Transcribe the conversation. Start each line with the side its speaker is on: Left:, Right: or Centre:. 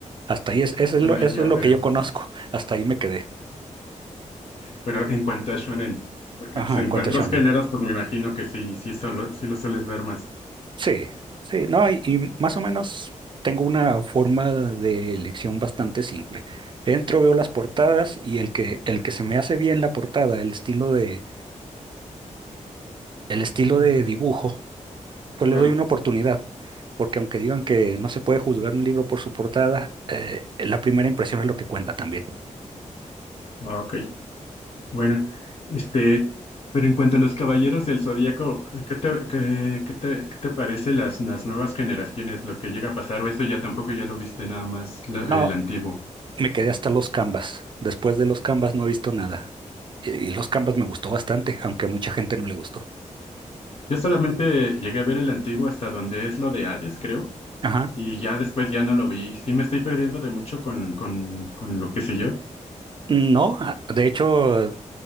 Right: Hasta ahí es, eso es
Left: Ah,
Right: lo, eso
Left: ya
Right: es lo
Left: veo.
Right: que yo conozco. Hasta ahí me quedé.
Left: Pero en cuanto a shonen, porque
Right: Ajá,
Left: pues, en
Right: en cuanto
Left: cuanto
Right: a shonen.
Left: a los géneros, pues me imagino que sí, sí, solo, sí los sueles ver más.
Right: Sí, sí, no, y, y más o menos tengo una forma de elección bastante simple. Entro, veo las portadas y el que, el que se me hace bien la portada, el estilo de, el estilo
Left: Mm,
Right: de dibujo, pues
Left: Claro.
Right: le doy una oportunidad. Porque aunque digan que no se puede juzgar un libro por su portada, eh, la primera impresión es lo que cuenta también.
Left: Ah, Ok. Bueno, este, pero en cuanto a los Caballeros del Zodíaco, ¿qué te, qué, qué te, qué te parece las, las nuevas generaciones, lo que llega a pasar? ¿O eso ya tampoco ya lo viste nada más la-
Right: No,
Left: el antiguo?
Right: Me quedé hasta los Canvas. Después de los Canvas no he visto nada. Y, y los Canvas me gustó bastante, aunque a mucha gente no le gustó.
Left: Yo solamente llegué a ver el antiguo hasta donde es lo de Hades, creo,
Right: Ajá.
Left: y ya después ya no lo vi. Sí me estoy perdiendo de mucho con, con, con lo que sé yo.
Right: No, a- de hecho,